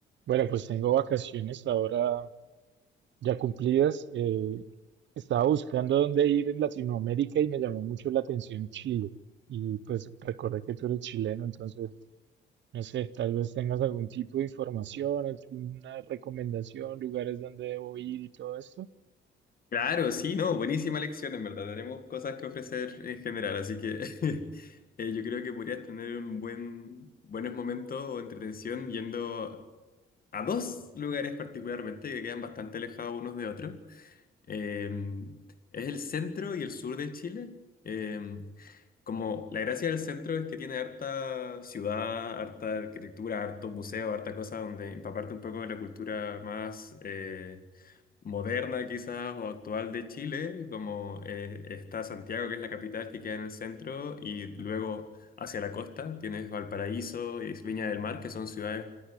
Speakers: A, on the right (about 65°); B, on the left (about 45°).
A: Bueno, pues tengo vacaciones ahora ya cumplidas. eh, estaba buscando dónde ir en Latinoamérica y me llamó mucho la atención Chile. Y pues recordé que tú eres chileno, entonces, no sé, tal vez tengas algún tipo de información, alguna recomendación, lugares donde debo ir y todo esto.
B: Claro, sí, no, buenísima lección, en verdad. Tenemos cosas que ofrecer en general, así que <laughs> eh, yo creo que podrías tener un buen, buenos momentos o entretención yendo a dos lugares particularmente que quedan bastante alejados unos de otros. Eh, es el centro y el sur de Chile. Eh, como la gracia del centro es que tiene harta ciudad, harta arquitectura, harto museo, harta cosa donde empaparte un poco de la cultura más... eh, moderna quizás o actual de Chile, como eh, está Santiago, que es la capital que queda en el centro, y luego hacia la costa tienes Valparaíso y Viña del Mar, que son ciudades